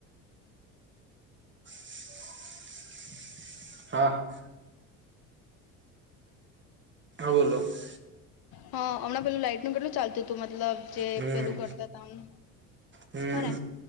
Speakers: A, on the right (about 25°); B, on the left (about 55°).
A: હા <unintelligible>
B: હ અમણાં પેલું લાઈટનું કેટલું ચાલતુંતું મતલબ જે
A: હમ
B: પેલું કરતા હતા ને,
A: હમ
B: એને